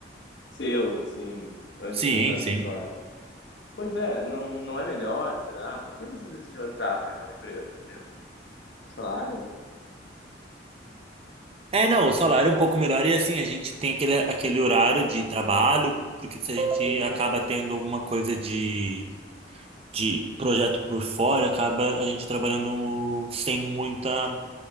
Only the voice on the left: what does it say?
seus, assim, antes
de entrar no
escritório? Pois é, não, não é melhor, será? Por que você decidiu entrar para aquela empresa mesmo? O salário?